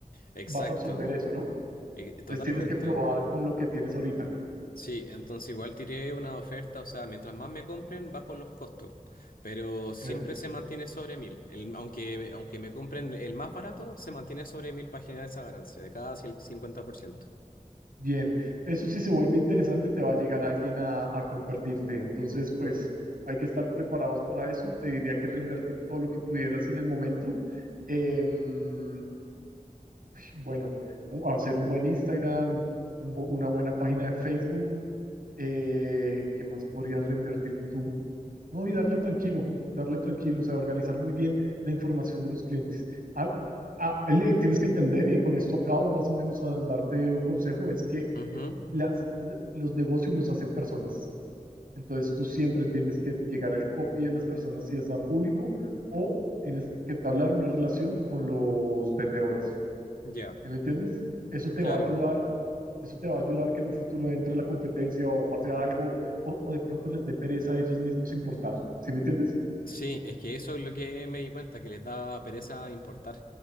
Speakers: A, on the left; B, on the right.
A: Exacto,
B: vas a absorber eso, ¿no?
A: eh,
B: Entonces
A: totalmente.
B: tienes que probar con lo que tienes ahorita.
A: Sí, entonces igual tiré una oferta, o sea, mientras más me compren, bajo los costos, pero siempre
B: Sí.
A: se mantiene sobre mil. El- aunque, aunque me compren el más barato, se mantiene sobre mil para generar esa ganancia de cada cincuenta por ciento.
B: Bien, eso si se vuelve interesante, te va a llegar alguien a, a compartirte. Entonces, pues hay que estar preparados para eso. Te diría que reinvertir todo lo que pudieras en el momento. Em, bueno, u- hacer un buen Instagram, un bu- una buena página de Facebook. Eh, ¿qué más podrías reinvertir tú? No, y darle tranquilo, darle tranquilo, o sea, organizar muy bien la información de los clientes. Ah, ah, le- tienes que entender, y con esto acabo más o menos a darte un consejo, es que
A: Ujú,
B: las, l- los negocios los hacen personas. Entonces tú siempre tienes que llegar al copy de las personas si es a público o tienes que entablar una relación con los vendedores.
A: ya,
B: ¿Sí me entiendes? Eso te
A: claro.
B: va a ayudar, eso te va a ayudar que en un futuro entre la competencia o pase algo o, o de pronto les dé pereza a ellos mismos importar. ¿Sí me entiendes?
A: Sí, es que eso es lo que me di cuenta, que les da pereza importar,